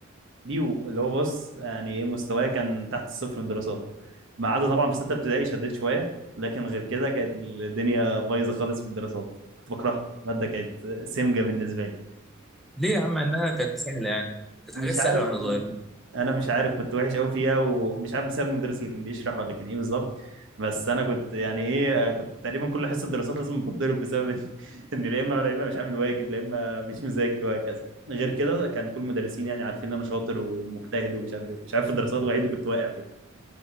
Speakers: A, on the right (about 60°); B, in the centre.
A: بيو اللي هو بص يعني ايه مستواي كان تحت الصفر في الدراسات ما عدا طبعا في سته ابتدائي شديت شويه لكن غير كده كانت الدنيا بايظه خالص في الدراسات كنت بكرهها الماده كانت سمجه بالنسبه لي
B: ليه يا عم انها كانت سهله يعني كانت
A: مش
B: حاجات سهله
A: عارف
B: واحنا
A: والله
B: صغيرين
A: انا مش عارف كنت وحش قوي فيها ومش عارف بسبب المدرس اللي كان بيشرح ولا كان ايه بالظبط بس انا كنت يعني ايه آه، كنت تقريبا كل حصه دراسات لازم بتضرب بسبب ان <laughs> إن لا اما لا اما مش عامل واجب لا اما مش مذاكر وهكذا غير كده كان كل المدرسين يعني عارفين ان انا شاطر ومجتهد ومش عارف ايه مش عارف في الدراسات الوحيد اللي كنت واقع فيه